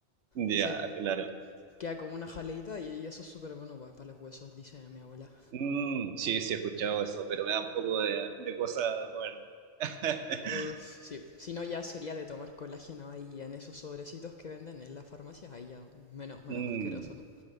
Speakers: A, on the right; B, on the left.
A: Ya,
B: Y se
A: claro.
B: queda como una jaleita y, y eso es súper bueno para los huesos, dice mi abuela.
A: Mm, sí, sí he escuchado eso, pero me da un poco de, de cosa comer. <laughs>
B: Uf, sí, si no ya sería de tomar colágeno ahí en esos sobrecitos que venden en las farmacias, ahí ya menos, menos
A: Mm,
B: asqueroso, ¿no?